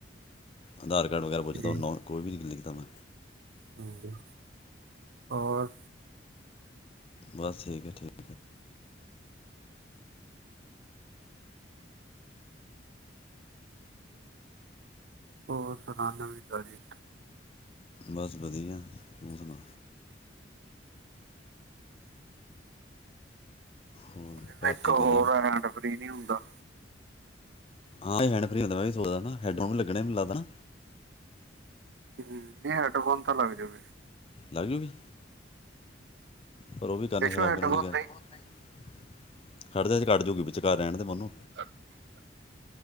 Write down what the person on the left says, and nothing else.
ਆਧਾਰ ਕਾਰਡ ਵਗੈਰਾ ਪੁੱਛਦਾ
ਨਾ ਓ ਕੋਈ ਵੀ ਨਈ ਲਿਖ ਦਾ ਮੈ।
ਬਸ ਠੀਕ ਐ ਠੀਕ
ਬਸ ਵਧੀਆ ਤੂੰ ਸੁਣਾ ਹੋਰ
ਘਰ
ਠੀਕ
ਹੈ ਸਭ
ਹਾਂ ਏ ਹੈਂਡ ਫਰੀ ਹੁੰਦਾ ਮੈਂ ਸੋਚਦਾ ਹਨਾਂ ਹੈੱਡ ਫੋਨ ਵੀ ਲੱਗਣੇ ਮੈਨੂੰ ਲੱਗਦਾ ਹਨਾਂ
ਲਗਜੁਗੀ ਪਰ ਉਹ ਵੀ ਕਰਨ
ਖ਼ਰਾਬ
ਕਰਨ <unintelligible>
ਖੜਜਾ ਹਜੇ ਕੱਟ ਜੁਗੀ ਵਿਚਕਾਰ ਰਹਿਣ ਦੇ ਮਨੂੰ